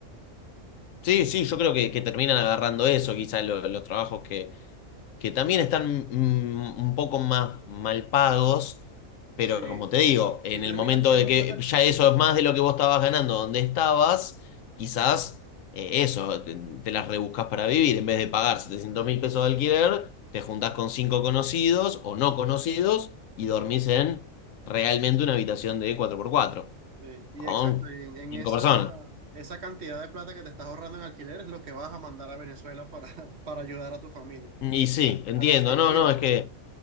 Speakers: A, on the left; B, on the right.
A: Sí, sí, yo creo que, que terminan agarrando eso, quizás lo- los trabajos que, que también están mm, un poco más mal pagos, pero
B: sí,
A: como te digo, en
B: y terminan
A: el momento
B: siendo
A: de que
B: más accesibles.
A: ya eso es más de lo que vos estabas ganando donde estabas, quizás eh, eso, te, te las rebuscas para vivir, en vez de pagar 700 mil pesos de alquiler, te juntás con cinco conocidos o no conocidos y dormís en realmente una habitación de cuatro por cuatro
B: Sí, y
A: con
B: exacto, y en, en
A: cinco
B: esa,
A: personas.
B: esa cantidad de plata que te estás ahorrando en alquiler es lo que vas a mandar a Venezuela para, <laughs> para ayudar a tu familia,
A: Y sí, entiendo,
B: a los que
A: no,
B: quieran
A: no, es que...